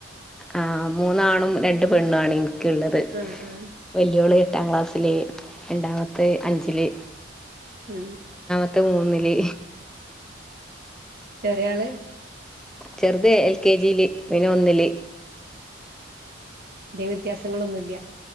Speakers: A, in the centre; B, on the right (about 45°).
A: ആഹ മൂന്നാണും രണ്ട് പെണ്ണു ആണെ ള്ളത്
B: ആഹ് ആഹ്
A: വലിയള എട്ടാം ക്ലാസ്സില് രണ്ടാമത്തെ അഞ്ചില്
B: മ്
A: പത്ത് മൂന്നില്
B: ചെറയാള്
A: ചെറുത എൽ കെ ജിയില് പിനെ ഒന്നില്
B: ദൈവ്യത്യാസങ്ങളൊന്നുംല്ല